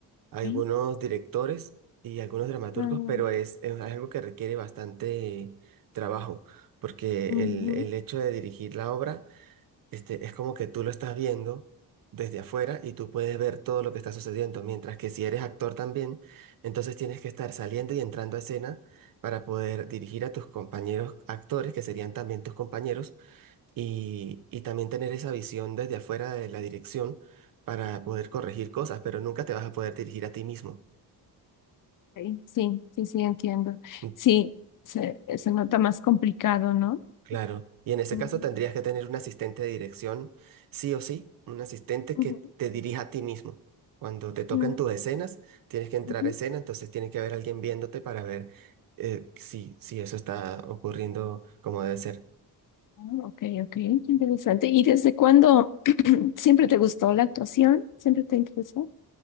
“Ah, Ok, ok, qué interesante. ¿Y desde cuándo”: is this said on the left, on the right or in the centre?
Left